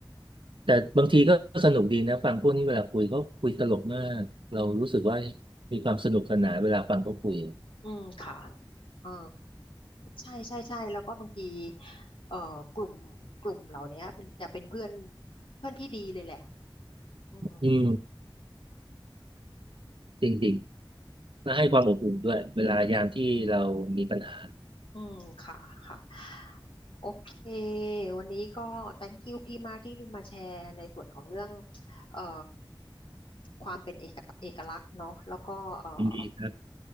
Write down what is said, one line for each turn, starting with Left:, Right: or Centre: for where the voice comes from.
Right: แต่บางทีก็สนุกดีนะฟังพวกนี้เวลาคุยเขาคุยตลกมากเรารู้สึกว่ามีความสนุกสนานเวลาฟังเขาคุย
Left: อืมค่ะเออใช่ใช่ใช่แล้วก็บางทีเอ่อกลุ่มกลุ่มเหล่านี้มันจะเป็นเพื่อนเพื่อนที่ดีเลยแหละอืม
Right: อืมจริงๆและให้ความอบอุ่นด้วยเวลายามที่เรามีปัญหา
Left: อืมค่ะค่ะโอเควันนี้ก็ thank you พี่มากที่มาแชร์ในส่วนของเรื่องเอ่อความเป็นเอกเอกลักษณ์เนาะแล้วก็เอ่อ
Right: ยินดีครับ